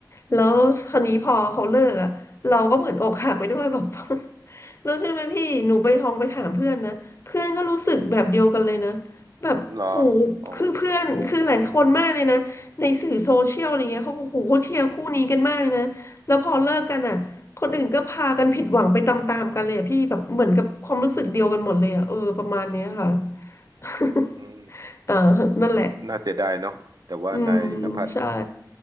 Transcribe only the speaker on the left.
แล้วคราวนี้พอเขาเลิกอ่ะเราก็เหมือนอกหักไปด้วยแบบ <laughs> แล้วใช่ไหมพี่หนูไปทองไปถามเพื่อนนะเพื่อนก็รู้สึกแบบเดียวกันเลยนะแบบโห
คือเพื่อนคือหลายคนมากเลยนะในสื่อโซเชียลอะไรเงี้ยเขาก็โหเขาเชียร์คู่นี้กันมากนะแล้วพอเลิกกันอ่ะคนอื่นก็พากันผิดหวังไปตามๆกันเลยอะพี่แบบเหมือนกับความรู้สึกเดียวกันหมดเลยอ่ะเออประมาณเนี้ยค่ะ <laughs>
เออนั่นแหละ
อืมใช่